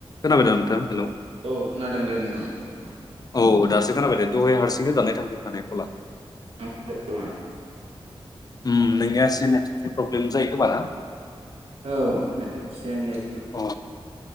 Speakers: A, on the left (about 40°); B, on the right (about 85°).
A: खोनाबायदा नोंथां हेलौ
B: औ खोनादों दे नोंथां।
A: औ दासो खोनाबाय दहाय हारसिंनो दाननाय थांदों माने ख'ला।
B: <unintelligible>
A: उम नोंनिया एसे नेटवर्कनि प्रब्लेम जायो खोमा ना?
B: औ एसे नेत
A: अ